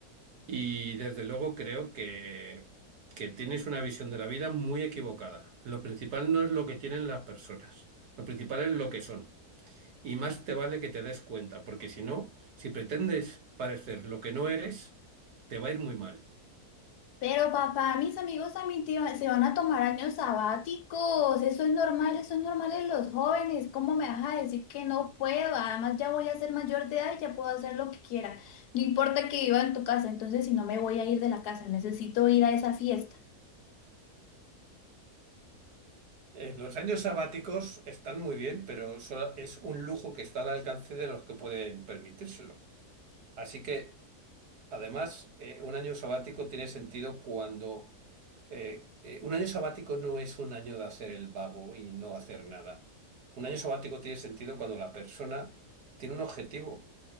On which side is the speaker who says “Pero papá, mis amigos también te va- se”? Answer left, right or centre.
Left